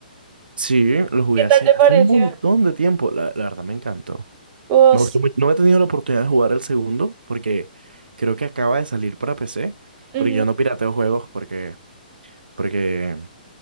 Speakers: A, on the right; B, on the right.
A: Sí, lo jugué
B: ¿Qué
A: hace,
B: tal te
A: hace
B: pareció?
A: un montón de tiempo. La, la verdad me encantó.
B: Oh,
A: Me
B: sí.
A: gustó mucho. No he tenido la oportunidad de jugar el segundo porque creo que acaba de salir para PC.
B: Ujú,
A: Porque yo no pirateo juegos porque, porque